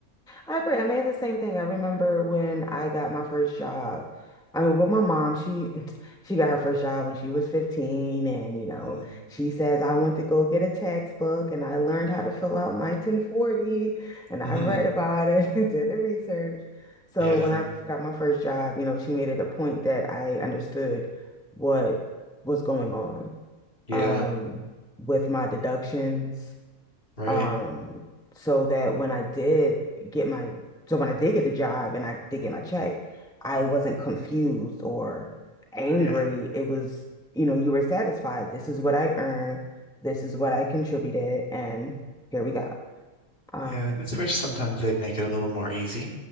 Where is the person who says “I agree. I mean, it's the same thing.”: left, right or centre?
Centre